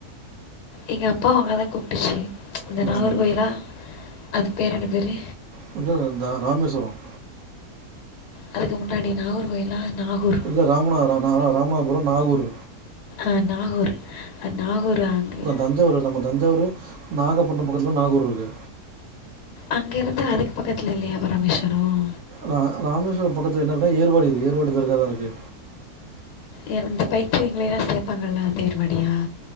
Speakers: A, on the left; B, on the right.
A: எங்கள் அப்பாவு அங்க தா கூப்ட்டுச்சு இந்த
B: ம்
A: நாகர்
B: ம்.
A: கோயில அது பேர் என்ன பேரு
B: கொஞ்ச தூர வந்தா ராமேஸ்வரம்
A: அதுக்கு முன்னாடி நாகூர் கோயிலா நாகூர்
B: இல்ல ராமநதபுரா ராமநாதபுரோ நாகூர்
A: அ நாகூர் நாகூர் அங்கே
B: தஞ்சாவூரு நம்ம தஞ்சாவூரு நாகப்பட்ன பக்கத்லதா நாகூர் இருக்கு
A: அங்க இருந்து அதுக்கு பக்கத்ல இல்லயா ராமேஸ்வரம்
B: ரா ராமேஸ்வர பக்கத்துல என்னருக்னா ஏர்வாடி இருக்கு ஏர்வாடி தர்க்காதா இருக்கு
A: ஏர் இந்த பைத்தியங்கலையெல்லா சேப்பாங்கல அந்த ஏர்வாடியா